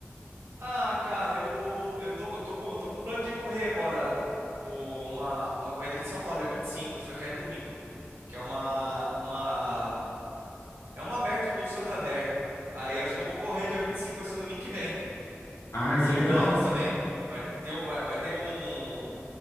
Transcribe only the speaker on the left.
Ah,
que legal.